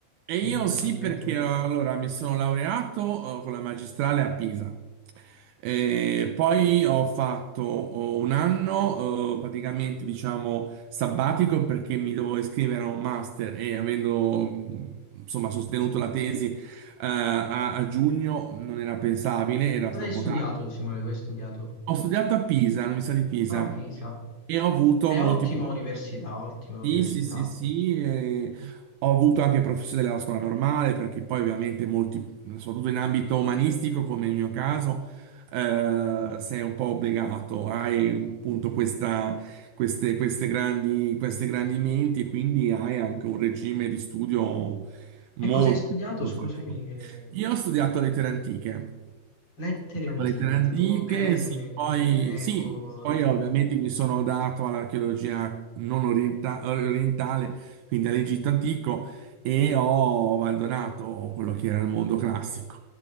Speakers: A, on the right; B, on the left.
A: E
B: nell'ambiente...
A: io sì, perché eh, allora mi sono laureato eh, con la magistrale a Pisa. E
B: Ok.
A: poi ho fatto oh, un anno eh, praticamente diciamo sabbatico perché mi dovevo iscrivere a un master e avendo mh, insomma sostenuto la tesi eh, a, a giugno non era pensabile, era
B: Dove
A: troppo
B: hai studiato,
A: tardi.
B: Simone? Dove hai studiato?
A: Ho studiato a Pisa, all'Università di Pisa
B: A Pisa.
A: e ho avuto
B: È
A: molti
B: ottima università, ottima
A: sì,
B: università.
A: sì, sì, sì, eh, ho avuto anche professori della scuola normale perché poi ovviamente molti, soprattutto in ambito umanistico come il mio caso, eh, sei un po' obbligato, hai appunto questa- queste, queste grandi, queste grandi menti e quindi hai anche un regime di studio molto,
B: E cosa hai studiato?
A: molto faticoso.
B: Scusami, che-
A: Io ho studiato lettere antiche.
B: lettere antiche,
A: Lettere antiche,
B: tipo gre- eh,
A: sì, poi,
B: greco,
A: sì, poi
B: latino.
A: ovviamente mi sono dato all'archeologia non orienta- orientale, quindi all'Egitto antico, e ho abbandonato quello che era il mondo classico.